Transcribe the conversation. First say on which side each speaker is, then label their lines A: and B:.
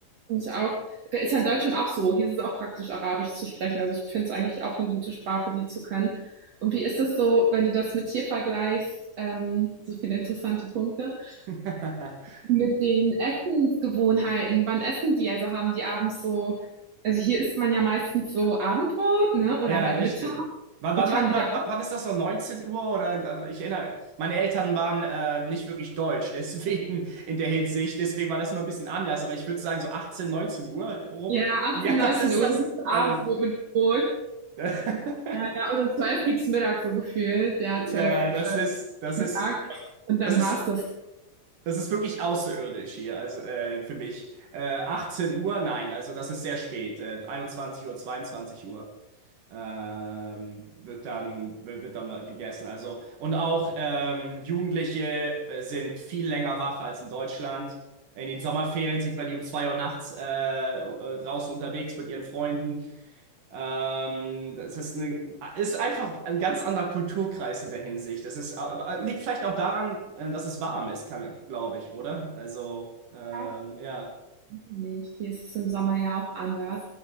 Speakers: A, on the right; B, on the right.
A: finde ich auch. Äh, Ist ja in Deutschland auch so. Hier ist es auch praktisch, Arabisch zu sprechen. Also ich finde es eigentlich auch eine gute Sprache, die zu können. Und wie ist das so, wenn du das mit hier vergleichst? Ähm, so viele interessante Punkte.
B: <laughs>
A: mit den Essensgewohnheiten, wann essen die? Also haben die abends so, also hier isst man ja meistens so Abendbrot, ne? Oder
B: Ja,
A: halt
B: richtig.
A: Mittag.
B: Wann,
A: Und
B: wann, wann,
A: haben die
B: wann
A: da auch,
B: wann ist das so? 19 Uhr oder ich erinnere, meine Eltern waren äh, nicht wirklich deutsch, <laughs> deswegen in der Hinsicht, deswegen war das immer ein bisschen anders, aber ich würde sagen so 18, 19 Uhr rum.
A: ja, 18
B: Ja,
A: 19
B: das ist
A: Uhr
B: das.
A: gibt's so Abendbrot
B: das ist,
A: mit Brot.
B: <laughs>
A: Ja, ja, und um 12 gibt's Mittag so gefühlt. Ja,
B: ja,
A: zwölf
B: das
A: zwölf
B: ist, das
A: Mittag.
B: ist,
A: Und dann
B: das ist,
A: war's das.
B: das ist wirklich außerirdisch hier, also äh, für mich. Äh, 18 Uhr, nein, also das ist sehr spät, äh, 21 Uhr, 22 Uhr. ähm, wird dann, wird dann mal gegessen. Also, und auch ähm, Jugendliche äh, sind viel länger wach als in Deutschland. In den Sommerferien sieht man die um 2 Uhr nachts äh, äh, draußen unterwegs mit ihren Freunden. Ähm, das ist, eine, ist einfach ein ganz anderer Kulturkreis in der Hinsicht. Das ist, äh, liegt vielleicht auch daran, äh, dass es warm ist, kann, glaube ich, oder? Also, ähm,
A: Ja,
B: ja.
A: nicht. Hier ist es im Sommer ja auch anders.